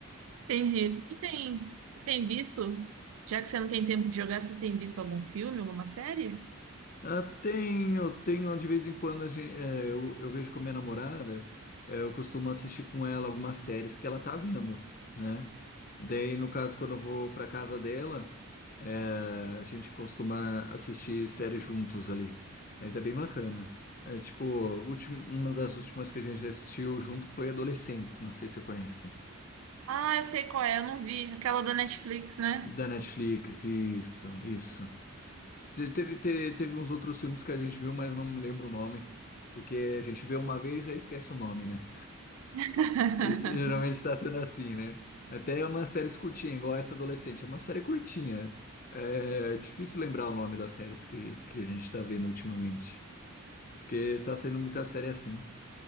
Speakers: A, on the right; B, on the left.
A: entendi. Você tem, você tem visto? Já que você não tem tempo de jogar, você tem visto algum filme, alguma série?
B: Ah, tenho, tenho de vez em quando a gente, eu, eu vejo com a minha namorada, eh, eu costumo assistir com ela algumas séries que ela tá vendo, né? Daí, no caso, quando eu vou pra casa dela, eh, a gente costuma assistir séries juntos ali. Mas é bem bacana. É tipo, últim- uma das últimas que a gente assistiu junto foi Adolescentes, não sei se você conhece.
A: Ah, eu sei qual é, eu não vi. Aquela da Netflix, né?
B: Da Netflix, isso, isso. Se- Teve, te- teve uns outros filmes que a gente viu, mas não me lembro o nome. Porque a gente vê uma vez e já esquece o nome, né?
A: <laughs>
B: Ge- Geralmente está sendo assim, né? Até umas séries curtinhas, igual essa adolescente. É uma série curtinha. É difícil lembrar o nome das séries que, que a gente está vendo ultimamente. Porque tá saindo muita série assim.